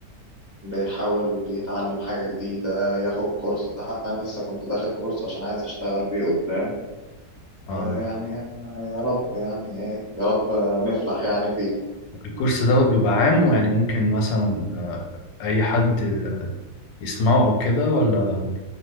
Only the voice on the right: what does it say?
بيحاول يتعلم حاجة جديدة ياخد كورس حتى أنا لسه كنت داخل كورس عشان عايز أشتغل بيه قدام
آه، يعني يا رب يعني ايه يا رب نفلح يعني فيه